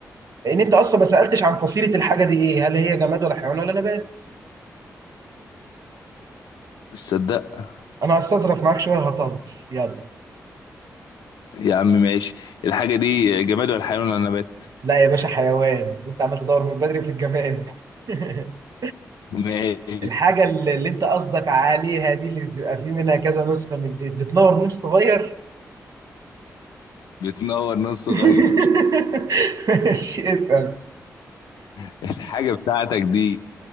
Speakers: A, on the right (about 55°); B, on the left (about 85°).
A: لان انت اصلا ما سالتش عن فصيله الحاجه دي ايه هل هي جماد ولا حيوان ولا نبات
B: تصدق
A: انا هستظرف معاك شويه هطول يلا
B: يا عم ماشي الحاجة دي جماد ولا حيوان ولا نبات
A: لا يا باشا حيوان انت عمال تدور من بدري في الجماد <laughs>
B: ماشي
A: الحاجه اللي, اللي انت قصدك عليها دي اللي بتبقى في منها كذا نسخه من البيت بتنور نور صغير
B: بتنور نص صغير
A: <laughs> ماشي اسال
B: <laughs> الحاجة بتاعتك دي